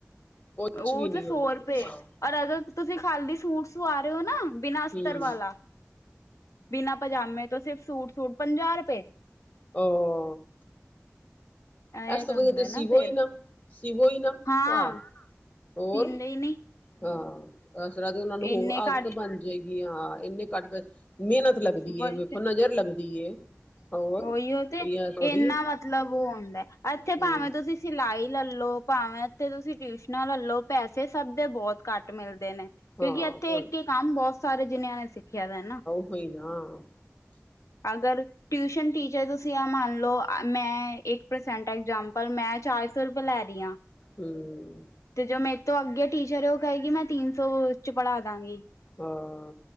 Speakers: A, on the left; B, on the left.
A: ਕੁਛ
B: ਉਹ
A: ਵੀ ਨੀ
B: ਤੇ ਸੌ
A: ਉਹਨਾਂ ਨੇ
B: ਰੁਪਏ,
A: ਹਾਂ
B: ਔਰ ਅਗਰ ਤੁਸੀਂ ਖਾਲੀ ਸੂਟ ਸਵਾ ਰੇ ਔ ਨਾਂ ਬਿਨਾਂ ਅਸਤਰ
A: ਹੂੰ
B: ਵਾਲਾ, ਬਿਨਾਂ ਪਜਾਮੇ ਤੋਂ ਸਿਰਫ ਸੂਟ-ਸੂਟ ਪੰਜਾਹ ਰੁਪਏ।
A: <inaudible>
B: ਇਹ
A: ਇਸ ਤੋਂ
B: ਤਾਂ
A: ਵਧੀਆ
B: ਹੁੰਦਾ
A: ਤੇ ਸਿਵੋ
B: ਨਾ ਫੇਰ
A: ਈ ਨਾਂ, ਸਿਵੋ ਈ ਨਾਂ
B: ਹਾਂ
A: ਆਹ ਹੋਰ।
B: ਸੀਂਦੇ ਹੀ ਨੀ
A: ਹਾਂ, ਇਸ ਤਰ੍ਹਾਂ ਦੀ ਉਹਨਾਂ ਨੂੰ
B: ਇੰਨੇ
A: ਹੋਰ ਆਦਤ
B: ਘੱਟ
A: ਬਣ ਜਾਏਗੀ ਹਾਂ ਇੰਨੇ ਘੱਟ ਪੈਸੇ ਮੇਹਨਤ ਲੱਗਦੀ
B: ਵਹੀ
A: ਏ ਵੇਖੋ
B: ਤੇ
A: ਨਜ਼ਰ ਲੱਗਦੀ ਏ। ਹੋਰ
B: ਉਹੀਓ ਤੇ
A: ਕੋਈ ਐ ਥੋੜੀ
B: ਇੰਨਾਂ ਮਤਲਬ ਉਹ ਹੁੰਦਾ, ਇੱਥੇ
A: ਹੂੰ
B: ਭਾਵੇਂ ਤੁਸੀਂ ਸਿਲਾਈ ਲੈਲੋ ਭਾਵੇਂ ਉੱਥੇ ਤੁਸੀਂ ਟਿਊਸ਼ਨਾਂ ਲੈਲੋ ਪੈਸੇ ਸਭ ਦੇ ਬਹੁਤ ਘੱਟ ਮਿਲਦੇ ਨੇ। ਕਿਉਂਕਿ
A: ਹਾਂ
B: ਇੱਥੇ ਇੱਕ ਕੰਮ ਬਹੁਤ ਸਾਰੇ ਜਿੰਨਿਆਂ ਨੇ ਸਿੱਖਿਆ ਦੇ ਨਾ।
A: ਕੋਈ ਨਾਂ।
B: ਅਗਰ <inaudible> ਟਿਊਸ਼ਨ ਟੀਚਰਜ਼ ਤੁਸੀਂ ਆ ਮੰਨ ਲਓ, ਮੈਂ ਇੱਕ ਪਰਸੈਂਟ ਐਗਜਾਮਪਲ ਮੈਂ ਚਾਰ ਸੌ ਰੁਪਏ ਲੈ ਰਹੀ ਹਾਂ।
A: ਹਮ।
B: ਤੇ ਜੋ ਮੇਰੇ ਤੋਂ ਅੱਗੇ ਟੀਚਰ ਹੈ, ਉਹ ਕਰੇਗੀ ਮੈਂ ਤਿੰਨ ਸੌ 'ਚ ਪੜ੍ਹਾ ਦਾਂਗੀ।
A: ਹੂੰ।